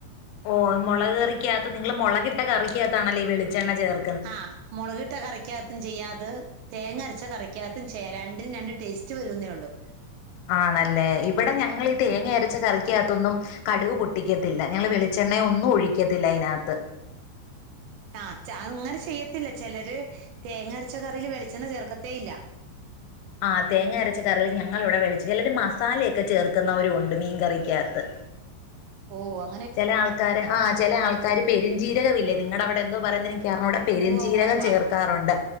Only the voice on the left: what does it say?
ഓ മുളകറിക്കാത്ത് നിങ്ങള് മുളകിട്ട കറിക്കാത്താണല്ലേ വളെണ്ണ ചേർ
ആണല്ലേ ഇവിടെ ഞങ്ങി തേങ്ങ അരച്ച കറിക്കാത്തൊന്നും കടുക് പൊട്ടിക്കത്തില്ല ഞങ്ങൾ വെളിച്ചെണ്ണ ഒന്നും ഒഴിക്കത്തില്ല അതിനകത്ത്
ആ തേങ്ങ അരച്ച കറികൾ ഞങ്ങൾ ഇവിടെ വെളി ചിലരു മസാലയൊക്കെ ചേർക്കുന്നവരു ഉണ്ട് മീൻകറിക്കാത്ത്
ചില ആൾക്കാര് ആ ചില ആൾക്കാര് പെരുഞ്ചീരകവില്ലേ നിങ്ങളുടെ അവിടെ എന്തോ പറയന്നെനിക്കറിഞ്ഞുട പെരുഞ്ചീരകം
ചേർക്കാറുണ്ട്